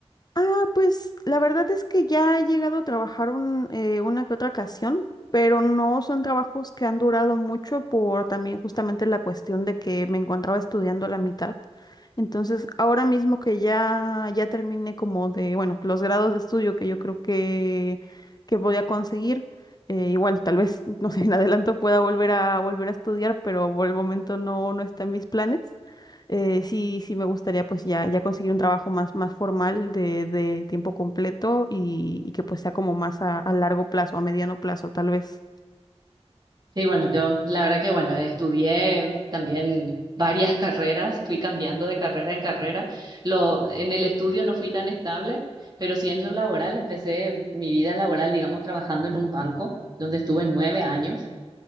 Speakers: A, on the left; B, on the right.
A: Ah, pues la verdad es que ya he llegado a trabajar un, eh, una que otra ocasión, pero no son trabajos que han durado mucho por también justamente la cuestión de que me encontraba estudiando a la mitad. Entonces, ahora mismo que ya, ya terminé como de, bueno, los grados de estudio que yo creo que, que voy a conseguir, eh, igual tal vez, <laughs> no sé, en adelanto pueda volver a volver a estudiar, pero por el momento no, no está en mis planes. Eh, sí, sí me gustaría pues ya, ya conseguir un trabajo más, más formal de, de tiempo completo y, y que pues sea como más a, a largo plazo, a mediano plazo tal vez.
B: Sí, bueno, yo la verdad que bueno, estudié también varias <laughs> carreras, fui cambiando de carrera en carrera. Lo, en el estudio no fui tan estable, pero sí en lo laboral, empecé mi vida laboral, digamos, trabajando en un banco, donde estuve nueve años.